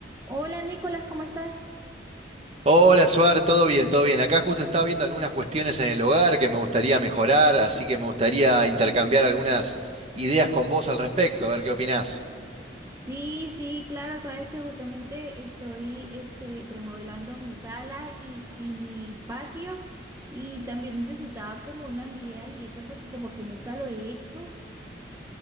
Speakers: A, on the right; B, on the right.
A: Hola Nicolás, ¿cómo estás?
B: Hola, Suar, todo bien, todo bien. Acá justo estaba viendo algunas cuestiones en el hogar que me gustaría mejorar, así que me gustaría intercambiar algunas ideas con vos al respecto, a ver qué opinás.
A: Sí, sí, claro, sabes que justamente estoy este, remodelando mi sala y, y mi patio y también necesitaba como unas ideas y eso porque como que nunca lo he hecho